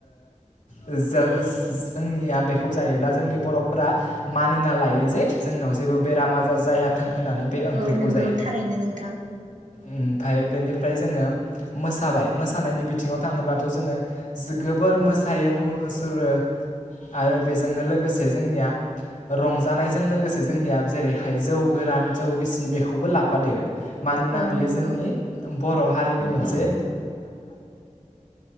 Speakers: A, on the left; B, on the right.
A: जो जोंनिया बेखौ जायोब्ला जोंनि बर'फोरा मानिना लायो जे जोंनियाव जेबो बेराम आजार जायाथों होननानै बे ओंख्रिखौ
B: औ नंगौ
A: जायो
B: थारैनो नोंथां
A: ओमफ्राय बेनिफ्राय जोङो मोसाबाय मोसानायनि बिथिङाव थाङोब्लाथ' जोङो जोबोर मोसायो मुसुरो आरो बेजोंनो लोगोसे जोंनिया रंजानायजों लोगोसे जोंनिया जेरैहाय जौ गोरान जौ गिसि बेखौबो लाफादेरो मानोना
B: औ
A: बेयो
B: नंगौ
A: जोंनि बर' हारिनि मोनसे